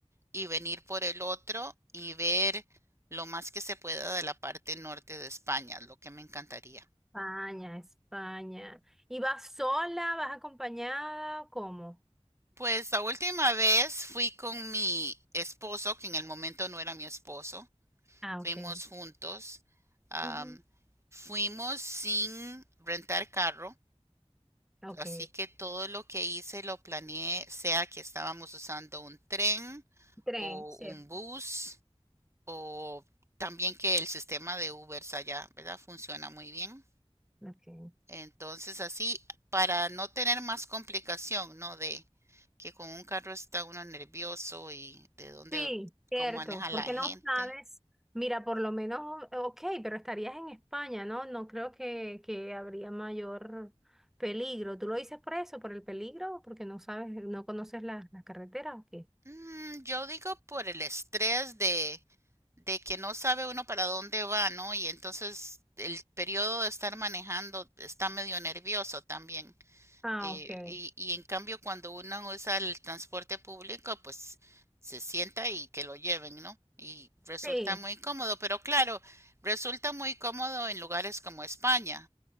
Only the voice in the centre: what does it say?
España, España. ¿Y vas sola, vas acompañada? ¿Cómo?
Ah,
ok.
Ujú.
Ok.
Tren,
cierto.
Ok.
Sí, cierto,
porque
no sabes, mira, por lo menos, ok, pero estarías en España, ¿no? No creo que, que habría mayor peligro. ¿Tú lo dices por eso, por el peligro, o porque no sabes, no conoces la, la carretera o qué?
Ah,
ok.
Sí,